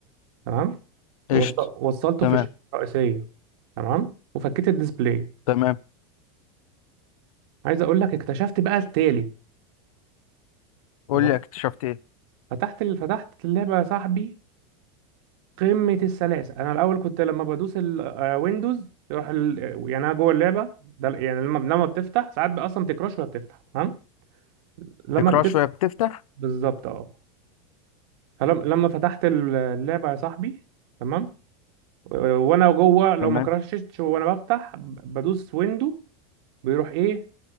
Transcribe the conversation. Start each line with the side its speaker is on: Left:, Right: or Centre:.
Right: تمام
Left: قشطه
Right: وص- وصلته
Left: تمام
Right: في الشاشه الرئيسيه تمام وفكيت الديسبلاي
Left: تمام
Right: عايز اقول لك اكتشفت بقى التالي
Left: قول
Right: تمام
Left: لي اكتشفت ايه
Right: فتحت ال... فتحت اللعبه يا صاحبي قمه السلاسه انا الاول كنت لما بدوس الويندوز يروح ال... يعني انا جوه اللعبه ده يعني لما لما بتفتح ساعات بقى اصلا بتكراش ولا بتفتح تمام لما
Left: تكراش
Right: بتبقى
Left: شويه بتفتح
Right: بالظبط اه فلما لما فتحت اللعبه يا صاحبي تمام و- وانا جوه لو
Left: تمام
Right: ما كراشتش وانا بفتح ب- بدوس ويندو بيروح ايه